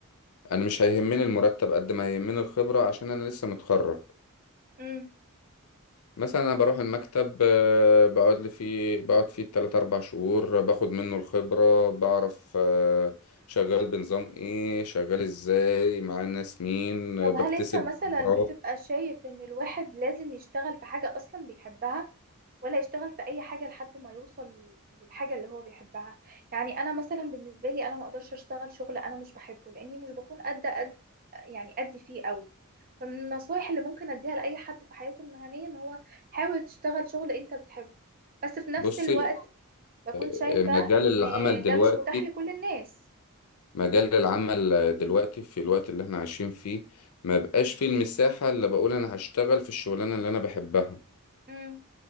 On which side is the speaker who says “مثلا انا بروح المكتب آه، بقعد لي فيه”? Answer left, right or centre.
Left